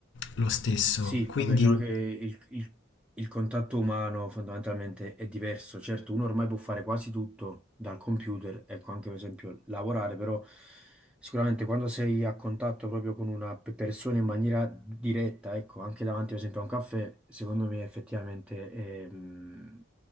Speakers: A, on the left; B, in the centre.
A: lo stesso.
B: Sì,
A: Quindi...
B: vabbè, diciamo che il, il- il contatto umano fondamentalmente è diverso. Certo, uno ormai può fare quasi tutto dal computer, ecco, anche per esempio lavorare, però sicuramente quando sei a contatto proprio con una pe- persona in maniera diretta, ecco, anche davanti per esempio a un caffè, secondo me effettivamente è, mm,